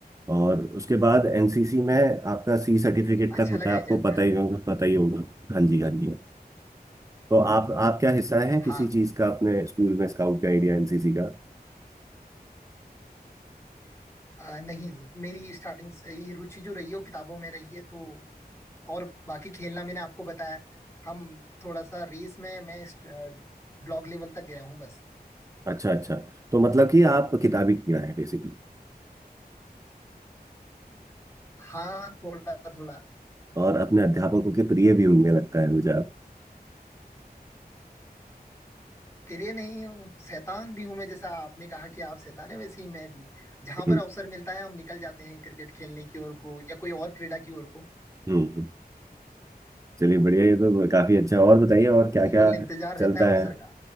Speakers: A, on the right (about 20°); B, on the left (about 15°).
A: और उसके बाद एनसीसी में आपका सी सर्टिफिकेट
B: अच्छा
A: तक होता
B: लगा
A: है
B: ये
A: आपको
B: जानकर
A: पता ही होगा पता ही होगा हाँ जी हाँ जी तो आप आप क्या हिस्सा है किसी
B: हाँ
A: चीज का अपने स्कूल में स्काउट गाइड या एनसीसी का
B: अ, नहीं मेरी स्टार्टिंग से ही रुचि जो रही है वो किताबों में रही है तो और बाकी खेलना मैंने आपको बताया हम थोड़ा सा रेस में मैं ब्लॉक लेवल तक गया हूँ बस
A: अच्छा अच्छा तो मतलब कि आप किताबी कीड़ा है बेसिकली
B: हाँ थोड़ा थोड़ा
A: और अपने अध्यापकों के प्रिय भी होंगे लगता है मुझे आप
B: तेरे नहीं हूँ शैतान भी हूं मैं जैसा आपने कहा कि आप शैतान है वैसे ही मैं भी जहां
A: हम्म
B: पर अवसर मिलता है हम निकल जाते हैं क्रिकेट खेलने की ओर को या कोई और क्रीडा की ओर को
A: हम्म, हम्म। चलिए बढ़िया ये तो काफी अच्छा और बताइए और क्या
B: केवल
A: क्या
B: इंतजार
A: चलता
B: रहता है अवसर
A: है
B: का